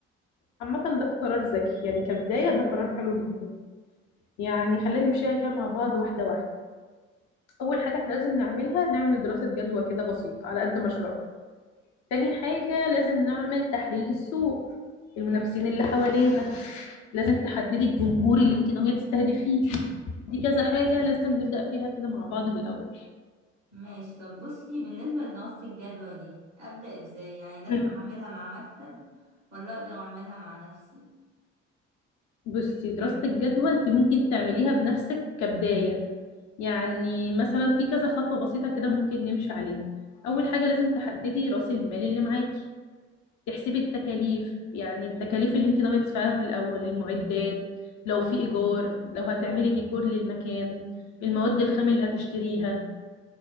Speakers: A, on the left; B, on the right.
A: عامة ده قرار ذكي يعني كبداية ده قرار حلو جدا يعني خلينا نمشيها كده مع بعض واحدة واحدة أول حاجة احنا لازم نعملها نعمل دراسة جدوى كده بسيطة على قد مشروعنا تاني حاجة لازم نعمل تحليل للسوق المنافسين
B: مم.
A: اللي حوالينا لازم تحددي الجمهور اللي انت ناوية تستهدفيه دي كذا حاجة لازم نبدأ فيها كده مع بعض من الأول
B: ماشي طب بصي بالنسبة لدراسة الجدوى دي ابدأ ازاي يعني لازم
A: مم.
B: اعملها مع مكتب ولا اقدر اعملها مع نفسي
A: بصي دراسة الجدوى انت ممكن تعمليها بنفسك كبداية يعني مثلا في كذا خطوة بسيطة كده ممكن نمشي عليها
B: مم.
A: أول حاجة لازم تحددي رأس المال اللي معاكي تحسبي التكاليف يعني
B: مم.
A: التكاليف اللي انت ناوية تدفعيها في الأول المعدات لو في إيجار لو هتعملي ديكور للمكان
B: مم.
A: المواد الخام اللي هتشتريها